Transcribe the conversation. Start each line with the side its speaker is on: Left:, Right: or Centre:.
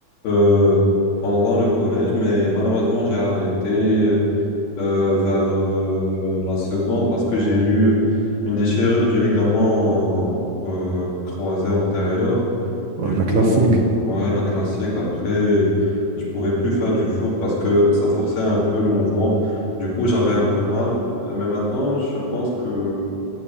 Left: euh, pendant le collège, mais malheureusement, j'ai arrêté. euh, euh, vers euh, la seconde parce que j'ai eu une déchirure du ligament euh, croisé antérieur. Du
Right: Euh, La
Left: coup,
Right: classique.
Left: ouais, la classique. Après, je pouvais plus faire du foot parce que ça forçait un peu le mouvement. Du coup, j'avais un peu mal. Euh, Mais maintenant, je pense que